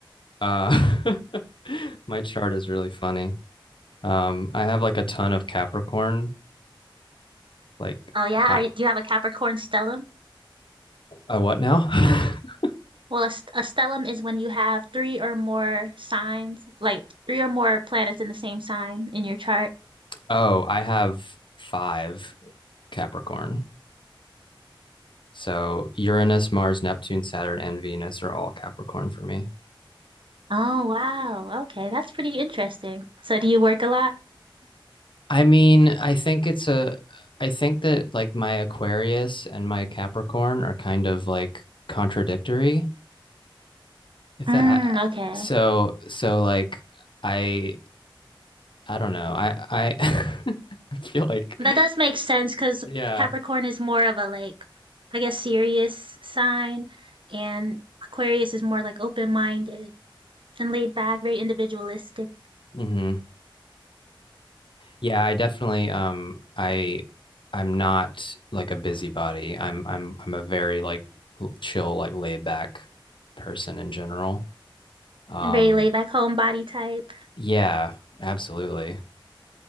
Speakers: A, on the left; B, on the right.
A: uh <laughs> my chart is really funny. Um, I have like a ton of Capricorn, like
B: Oh yeah,
A: high
B: are, you- do you have a Capricorn stellium?
A: a what now? <laughs>
B: Well, a, st- a stellium is when you have three or more signs, like three or more planets in the same sign in your chart.
A: Oh, I have five Capricorn. So Uranus, Mars, Neptune, Saturn, and Venus are all Capricorn for me.
B: Oh, wow. Okay, that's pretty interesting. So do you work a lot?
A: I mean, I think it's a, I think that like my Aquarius and my Capricorn are kind of like contradictory. If
B: Mm,
A: that, I,
B: okay.
A: so, so like I, I don't know. I, I, <laughs> I feel like,
B: That does make sense because
A: yeah.
B: Capricorn is more of a like, I guess, serious sign, and Aquarius is more like open-minded and laid back, very individualistic,
A: Mm-hmm. Yeah, I definitely um I I'm not like a busybody. I'm I'm I'm a very like l- chill, like laid back person in general. Um
B: and very laid back homebody type.
A: yeah, absolutely.